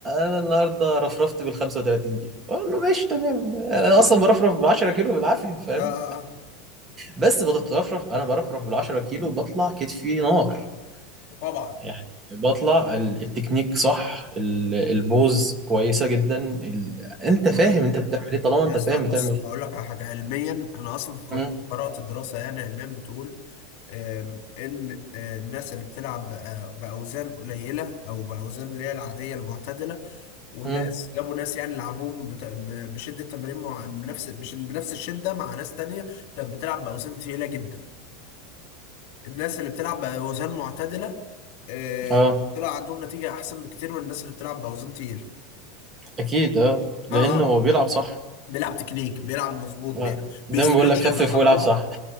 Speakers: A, on the right (about 20°); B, on the left (about 55°).
A: انا النهارده رفرفت بال 35 كيلو اقول له ماشي تمام انا
B: اه
A: اصلا
B: اه
A: برفرف ب 10 كيلو بالعافيه فاهم
B: اه آه. آه،
A: بس بتترفرف انا برفرف بال 10 كيلو بطلع كتفي نار
B: طبعا
A: يعني بطلع ال- التكنيك صح ال- البوز كويسه جدا ال... انت
B: مم.
A: فاهم انت بتعمل ايه طالما انت
B: يا اسطى
A: فاهم
B: بص
A: بتعمل
B: بقول
A: ايه
B: لك على حاجه علميا انا اصلا كنت
A: امم
B: قرات الدراسه يعني علميا بتقول آم، ان آه، الناس اللي بتلعب بأ- باوزان قليله او باوزان اللي هي العاديه المعتدله والناس
A: امم
B: جابوا ناس يعني لعبوهم بت- ب- بشده تمارين مع بنفس بش- بنفس الشده مع ناس تانية كانت بتلعب باوزان ثقيله جدا الناس اللي بتلعب باوزان معتدله آه،
A: اه
B: طلع عندهم نتيجه احسن بكتير من الناس اللي بتلعب باوزان تقيله
A: اكيد اه لان
B: اه اه
A: هو بيلعب صح
B: بيلعب تكنيك بيلعب مظبوط بي-
A: آه،
B: بيسترتش
A: زي ما بقول لك خفف
B: العضله
A: والعب صح